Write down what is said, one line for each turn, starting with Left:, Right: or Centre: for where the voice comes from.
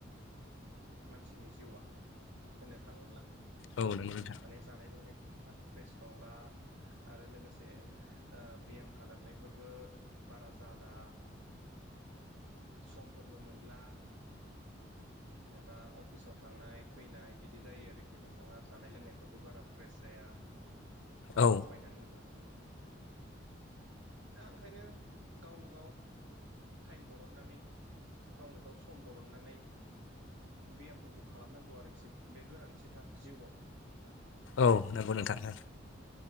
Right: मानसिनि जिउआ होननो थाङोब्ला
Left: औ नोंगौ नोंथां
Right: माने जानाय लोंनाय फ्रेस नंला आरो लोगोसे ओ ब्याम खालामनायफोरबो बारा जाला समफोरबो मोनला जेनेबा अफिसाव थांनाय फैनाय बिदि जायो आरोखि नोंथाङा जानाय लोंनायफ्राबो बारा फ्रेस जाया बाजाराव
Left: औ
Right: बायनानै जाना दा ओंखायनो गावनो गाव टाइम ब रननानै गावनो गाव सम बरननानै बेयामफोरखौ खालामनांगौ आरोखि बे गोनांथिथार जिउआव नोंथां
Left: औ नंगौ नोंथांनो